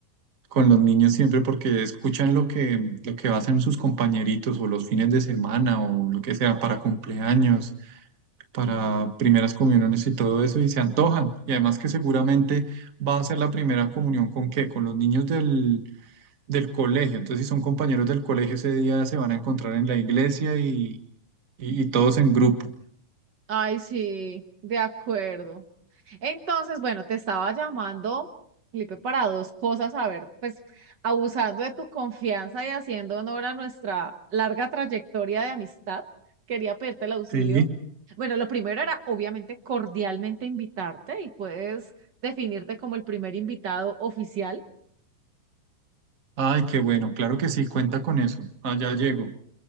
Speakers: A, on the right; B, on the right.
A: con los niños siempre porque escuchan lo que, lo que hacen sus compañeritos o los fines de semana o lo que sea para cumpleaños, para primeras comuniones y todo eso y se antojan. Y además que seguramente va a ser la primera comunión con qué, con los niños del, del colegio. Entonces si son compañeros del colegio ese día se van a encontrar en la iglesia y, y, y todos en grupo.
B: Ay, sí, de acuerdo. Entonces, bueno, te estaba llamando, Felipe, para dos cosas, a ver, pues abusando de tu confianza y haciendo honor a nuestra larga trayectoria de amistad, quería pedirte el auxilio.
A: Sí.
B: Bueno, lo primero era obviamente cordialmente invitarte y puedes definirte como el primer invitado oficial.
A: Ay, qué bueno, claro que sí, cuenta con eso. Allá llego.